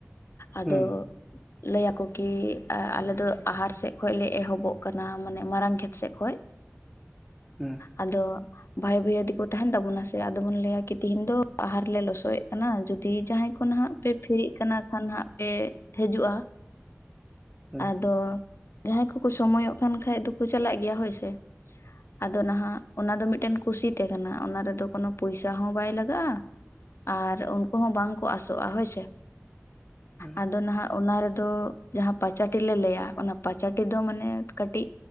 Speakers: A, on the left; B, in the centre.
A: ᱟᱫᱚᱼᱼ
B: ᱦᱩᱸ
A: ᱞᱟᱹᱭᱟᱠᱚ ᱠᱤ ᱟᱞᱮ ᱫᱚ ᱟᱦᱟᱨ ᱥᱮᱮᱫ ᱠᱷᱚᱡ ᱞᱮ ᱮᱦᱚᱵᱚᱜ ᱠᱟᱱᱟ ᱢᱟᱱᱮ ᱢᱟᱨᱟᱝ ᱠᱷᱮᱛ ᱥᱮᱫ ᱠᱷᱚᱡ᱾
B: ᱦᱩᱸ
A: ᱟᱫᱚᱼᱼ ᱵᱷᱟᱭ ᱵᱷᱟᱹᱭᱟ. ᱫᱤᱠᱚ ᱛᱟᱦᱮᱱ ᱛᱟᱵᱚᱱᱟ ᱥᱮ ᱟᱫᱚᱵᱚᱱ ᱞᱟᱹᱭᱟ ᱠᱤ ᱛᱤᱦᱤᱧ ᱫᱚ ᱟᱦᱟᱨ ᱨᱮᱞᱮ ᱞᱚᱥᱚᱭᱮᱫ ᱠᱟᱱᱟ ᱡᱤᱼᱼ ᱡᱩᱫᱤ ᱡᱟᱦᱟᱸᱭ ᱠᱷᱚᱱ ᱱᱟᱜ ᱯᱮ ᱯᱷᱮᱨᱤᱜ ᱠᱟᱱᱟ ᱠᱷᱟᱱ ᱦᱟᱸᱜ ᱯᱮ ᱦᱤᱡᱩᱜᱼᱟ᱾
B: ᱦᱳᱭ
A: ᱟᱫᱚᱼᱼ ᱡᱟᱦᱟᱸᱭ ᱠᱚᱠᱚ ᱥᱚᱢᱚᱭᱚᱜ ᱠᱟᱱ ᱠᱷᱟᱡ ᱫᱚᱠᱚ ᱪᱟᱞᱟᱜ ᱜᱮᱭᱟ ᱦᱳᱭᱥᱮ ᱟᱫᱚ ᱱᱟᱦᱟᱜ᱾ ᱚᱱᱟ ᱫᱚ ᱢᱤᱫᱴᱮᱱ ᱠᱩᱥᱤᱛᱮ ᱠᱟᱱᱟ ᱚᱱᱟ ᱨᱮᱫᱚ ᱠᱳᱱᱚ ᱯᱚᱭᱥᱟ ᱦᱚᱸ ᱵᱟᱭ ᱞᱟᱜᱟᱜᱼᱟ᱾ ᱟᱨ ᱩᱱᱠᱩ ᱦᱚᱸ ᱵᱟᱝ ᱠᱚ ᱟᱥᱚᱜᱼᱟ ᱦᱳᱭᱥᱮ
B: ᱦᱩᱸ
A: ᱟᱫᱚ ᱱᱟᱦᱟᱜᱼᱼ ᱚᱱᱟ ᱨᱮᱫᱚ ᱡᱟᱦᱟᱸ ᱯᱟᱪᱟᱴᱤ ᱞᱮᱮ ᱞᱟᱹᱭᱟ ᱚᱱᱟ ᱯᱟᱪᱟᱴᱤ ᱫᱚ ᱢᱟᱱᱮ ᱠᱟᱹᱴᱤᱡᱼᱼ